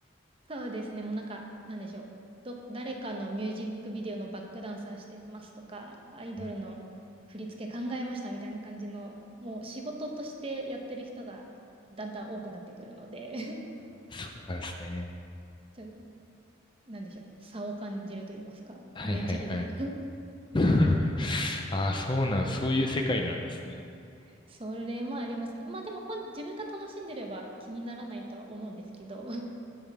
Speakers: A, on the right; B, on the left.
A: そうですね。もうなんか、なんでしょう。ど、誰かのミュージックビデオのバックダンサーしてますとか、アイドルの振り付け考えましたみたいな感じの、
B: うん、
A: もう仕事としてやってる人がだんだん多くなってくるので
B: あーそうなんですね。
A: <laughs> ちょ、なんでしょう。差を感じると言いますか。
B: はいはいはい。
A: 熱量の
B: <laughs> ああ、そうなん、そういう世界なんですね。
A: <laughs> それもありますね。まあでも本、自分が楽しんでれば気にならないとは思うんですけど。